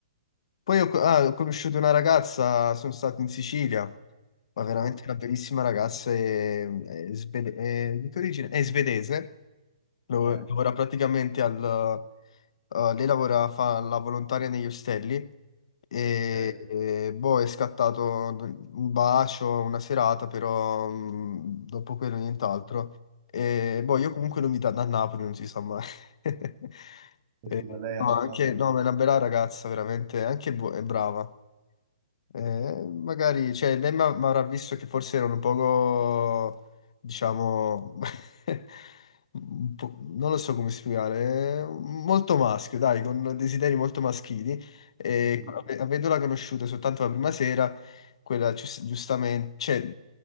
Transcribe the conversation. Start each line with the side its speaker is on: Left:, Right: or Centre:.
Left: Poi ho, ah, ho conosciuto una ragazza, sono stato in Sicilia, ma veramente
Right: Ah,
Left: una bellissima ragazza, è, è svede- è- di che origine? È svedese, Lav-
Right: eh,
Left: Lavora praticamente al... eh, lei lavora, fa la volontaria negli ostelli e,
Right: ok.
Left: e, boh, è scattato un bacio, una serata, però mm, dopo quello nient'altro. E boh, io comunque l'ho invitata a Napoli, non si sa mai. <laughs>
Right: Eh,
Left: E,
Right: Scusa, lei ha
Left: no,
Right: accettato
Left: anche,
Right: questo.
Left: no, ma è una bella ragazza, veramente, anche bu- è brava. Eh, magari, cioè, lei mi avrà visto che forse erano un poco, diciamo, <laughs> un po'- non lo so come spiegare, eh, molto maschio, dai, con desideri molto maschili. E
Right: eh, sì.
Left: ave- avendola conosciuta soltanto la prima sera, quella gius- giustamente, cioè,